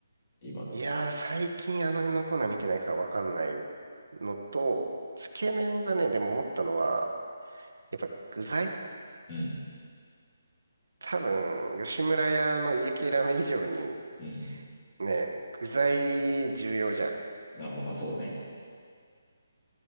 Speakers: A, on the left; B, on the right.
A: 今でも。
B: いやー、最近あの辺のコーナー見てないからわかんないのと、つけ麺がね、でも思ったのは、やっぱ具材
A: うん。
B: 多分、吉村屋の家系ラーメン以上に
A: うん。
B: ね、具材重要じゃん。
A: あ、まあまあそうね。